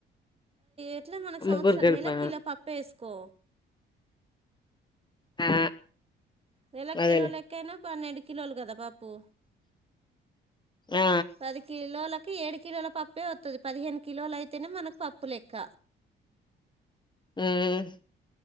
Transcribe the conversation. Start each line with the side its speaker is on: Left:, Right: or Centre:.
Right: ఇట్లా మనకు సంవత్సరం
Left: ముగ్గురు కలిపా
Right: నెలకి కిలో పప్ప వేసుకో
Left: ఆ
Right: నెలకి
Left: అదేలే
Right: కిలో లెక్కైనా పన్నెండు కిలోలు కదా పప్పు
Left: ఆ
Right: పది కిలోల ఏడు కిలోల పప్పే వత్తది పదిహేను కిలోలు అయితేనే మనకు పప్పు లెక్క
Left: హూమ్